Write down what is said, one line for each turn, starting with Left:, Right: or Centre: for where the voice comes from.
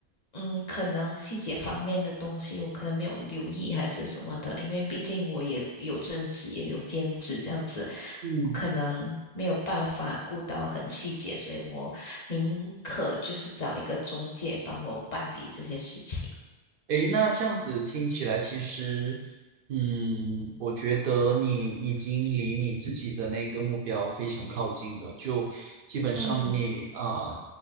Left: 嗯，可能细节方面的东西我可能没有留意还是什么的，因为毕竟我也有正职也有兼职这样子，
Right: 嗯。
Left: 我可能没有办法顾到很细节，所以我宁可就是找一个中介帮我办理这些事情。
Right: 诶，那这样子听起来，其实，嗯，我觉得你已经离你自己的那个目标非常靠近了。就基本上你啊
Left: 嗯